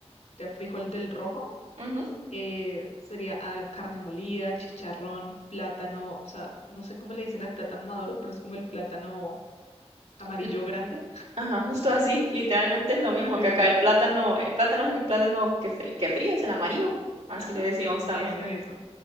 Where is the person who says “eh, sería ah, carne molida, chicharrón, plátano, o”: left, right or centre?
Left